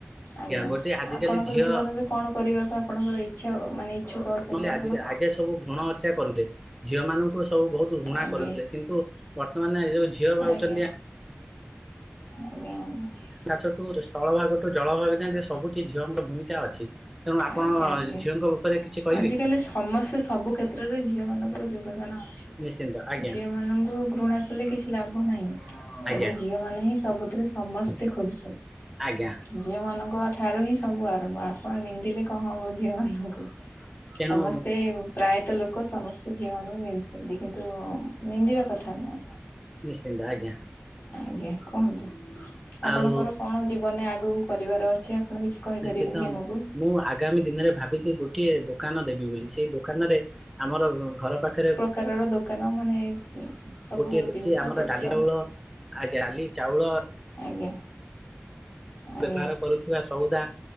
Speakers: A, on the left; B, in the centre.
A: ଆଜ୍ଞା
B: ଗୋଟେ ଆଜିକାଲି
A: ଆପଣଙ୍କ
B: ଝିଅ
A: ଜୀବନରେ। କଣ କରିବାକୁ ଆପଣଙ୍କର ଇଚ୍ଛା ମାନେ ଇଚ୍ଛୁକ ଅଛନ୍ତି
B: <inaudible> ଆଜି
A: ଆପଣ?
B: କା ଆଗେ ସବୁ ଭୃଣ ହତ୍ୟା କରିଲେ ଝିଅ ମାନଙ୍କୁ ଏ ସବୁ ବହୁତ ଘୃଣା
A: ଆଜ୍ଞା
B: କରୁଥିଲେ। କିନ୍ତୁ ବର୍ତ୍ତମାନ ଏଇ ଯୋଉ। ଝିଅ ପାଉଛନ୍ତି
A: ଆଜ୍ଞା ଆଜ୍ଞା। ଆଜ୍ଞା
B: ତା ସେଠୁ ସ୍ଥଳ ଭାଗଠୁ ଜଳ ଭାଗ ଯାକେଁ ସବୁଠି ଝିଅଙ୍କ ଭୂମିକା ଅଛି। ତେଣୁ ଆପଣ
A: ଆଜ୍ଞା ଆଜ୍ଞା।
B: ଝିଅଙ୍କ ଉପରେ କିଛି କହିବେ
A: ଆଜିକାଲି
B: କି?
A: ସମସ୍ତେ ସବୁ କ୍ଷେତ୍ରରେ ଝିଅ ମାନଙ୍କର ଯୋଗଦାନ ଅଛି।
B: ନିଶ୍ଚିନ୍ତ ଆଜ୍ଞା
A: ଝିଅ ମାନଙ୍କୁ ଘୃଣା କଲେ କିଛି ଲାଭ ନାହିଁ।
B: ଆଜ୍ଞା
A: ଏବେ ଝିଅମାନେ ହିଁ ସବୁଥିରେ ସମସ୍ତେ ଖୋଜୁଛ
B: ଆଜ୍ଞା।
A: ଝିଅ ମାନଙ୍କ ଠାରୁ ହିଁ ସବୁ ଆରମ୍ଭ ଆପଣ ନିନ୍ଦିଲେ କଣ ହବ ଝିଅ ମାନଙ୍କୁ।
B: ତେଣୁ
A: ସମସ୍ତେ। ପ୍ରାୟତ ଲୋକ ସମସ୍ତେ ଝିଅ ମାନଙ୍କୁ ନିନ୍ଦୁଛନ୍ତି କିନ୍ତୁ ନିନ୍ଦିବା କଥା ନୁହଁ।
B: ନିଶ୍ଚିନ୍ତ ଆଜ୍ଞା।
A: ଆଜ୍ଞା କୁହନ୍ତୁ ଆପଣଙ୍କର
B: ଆଉ
A: କଣ ଜୀବନରେ ଆଗକୁ କରିବାର ଅଛି ଆ ଆପଣ କିଛି କହିପାରିବେ
B: ନିଶ୍ଚିତ
A: କି ଆମକୁ?
B: ମୁଁ ଆଗାମୀ ଦିନେରେ ଭାବିଚି ଗୋଟିଏ ଦୋକାନ ଦେବି ବୋଲି। ସେଇ ଦୋ ଦୋକାନରେ ଆମର ଘର ପାଖେରେ
A: କାର ର ଦୋକାନ ମାନେ ଉଁ ସବୁ
B: ଗୋଟିଏ
A: ଜିନିଷ
B: ଅଛି ଆମର
A: ପତ୍ର
B: ଡାଲି ଚାଉଳ ଆଜ୍ଞା ଡାଲି ଚାଉଳ
A: ଆଜ୍ଞା। ଆଜ୍ଞା
B: ବ୍ୟବହାର କରୁଥିବା ସଉଦା